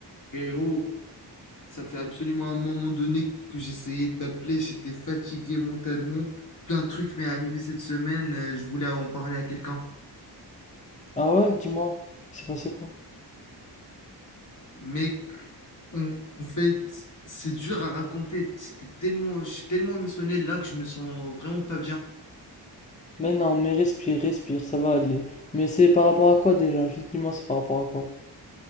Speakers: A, on the left; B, on the left.
A: Frérot, ça fait absolument un moment donné que j'essayais de t'appeler, j'étais fatigué mentalement, plein de trucs m'est arrivé cette semaine, euh, je voulais en parler à quelqu'un.
B: Ah ouais, dis-moi, il s'est passé quoi?
A: Mec, en en fait, c'est dur à raconter, c'était tellement, je suis tellement émotionnel là que je me sens vraiment pas bien.
B: Mais non, mais respire, respire, ça va aller. Mais c'est par rapport à quoi déjà? Juste dis-moi, c'est par rapport à quoi?